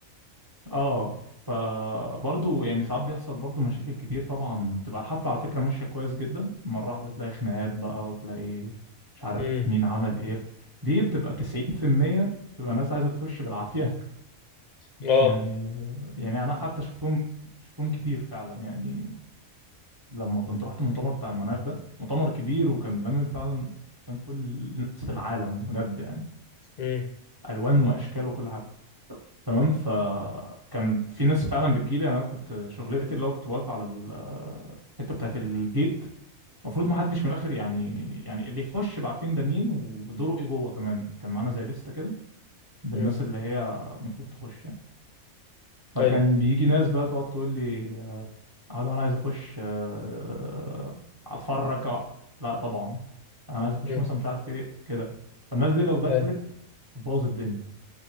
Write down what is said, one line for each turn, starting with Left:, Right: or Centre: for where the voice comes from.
Right: اه فبرضه يعني ساعات بيحصل برضه مشاكل كتير طبعا بتبقى الحفله على فكره ماشيه كويس جدا مره واحده تلاقي خناقات بقى وتلاقي مش عارف
Left: امم
Right: مين عمل ايه دي بتبقى 90% تبقى الناس عايزه تخش بالعافيه
Left: اه
Right: يعني يعني انا حتى شفتهم شفتهم كتير فعلا يعني لما كنت رحت المؤتمر بتاع المناخ ده مؤتمر كبير
Left: مم.
Right: وكان لامم فعلا كان كل الناس في العالم بجد يعني
Left: مم.
Right: الوان واشكال وكل حاجه تمام فكان في ناس فعلا بتجيلي يعني انا كنت شغلتي اللي هو كنت واقف على ال- الحته بتاعت الجيت المفروض ما حدش من الاخر يعني يعني اللي يخش يبقى عارفين ده مين ودوره ايه جوه كمان كان معانا زي لستة كده بالناس
Left: مم.
Right: اللي هي المفروض تخش يعني فكان
Left: ايوه
Right: بيجي ناس بقى تقعد تقول لي اه ده انا عايز اخش آه، اتفرج آه. لا طبعا انا عايز اخش
Left: مم.
Right: مثلا مش عارف ايه كده فالناس دي لو دخلت
Left: ايوه
Right: تبوظ الدنيا